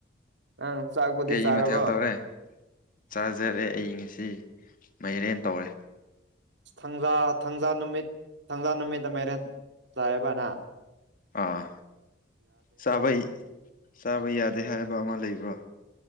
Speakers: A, on the right; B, on the left.
A: ꯅꯪ ꯆꯥꯛꯄꯨꯗꯤ
B: ꯀꯩ
A: ꯆꯥꯔꯕꯣ
B: ꯃꯊ ꯍ ꯇꯎ꯭ꯔꯦ ꯆꯥꯖꯔꯦ ꯑꯩ ꯉꯁꯤ ꯃꯥꯏꯔꯦꯟ ꯇꯧꯔꯦ
A: ꯑꯖ ꯊꯥꯡꯖꯥ ꯅꯨꯃꯤꯠ ꯊꯥꯡꯖꯥ ꯅꯨꯃꯤꯠ ꯃꯔꯦꯟ ꯆꯥꯏꯕꯅ
B: ꯑꯥ ꯆꯥꯕ ꯆꯥꯕ ꯌꯥꯗꯦ ꯍꯥꯏꯕ ꯑꯃ ꯂꯩꯕ꯭ꯔꯣ